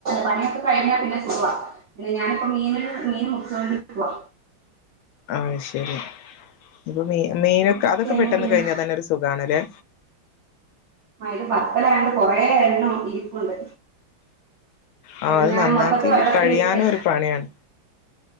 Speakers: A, on the right (about 75°); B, on the left (about 80°).
A: പണിയൊക്കെ കഴിഞ്ഞാ പിന്നെ സുക പിന്നെ ഞാനിപ്പോ മീന മീൻ മുറിച്ചൊ <unintelligible>
B: ആഹ് ശെരി ഇപ്പൊ മി മീനൊക്കെ
A: മീൻ മുറിച്ച്
B: അതൊക്കെ
A: കഴിഞ്ഞാൽ
B: പെട്ടെന്ന്
A: പിന്നെ
B: കഴിഞ്ഞാ തന്നെ ഒരു സുകാണ്ല്ലേ
A: ആ ഇത് പത്തലായോണ്ട് കൊറെേ എണ്ണം ഇരിപ്പുണ്ട്.
B: ആ
A: എന്നാലും
B: അത് നന്നാക്കി
A: മൊത്തത്തി വെള്ളത്തിലിട്ട്.
B: കഴിയാനും ഒരു പണിയാണ്